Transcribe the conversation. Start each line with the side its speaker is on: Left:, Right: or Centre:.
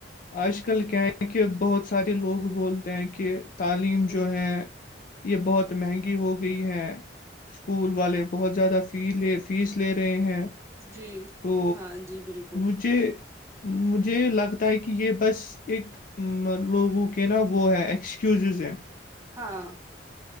Left: آج کل کیا ہے کہ بہت س سارے لوگ
Right: جی
Left: بولتے ہیں کہ تعلیم
Right: ہ
Left: جو ہے یہ بہت مہنگی ہو گئی ہے اسکول والے بہت زیادہ فی لے فیس لے رہے ہیں
Right: جی
Left: تو
Right: ہاں جی بالکل
Left: مجھے مجھے لگتا ہے کہ یہ بس ایک لوگوں کے نا وہ ہے ایکسکیوزز ہیں
Right: ہاں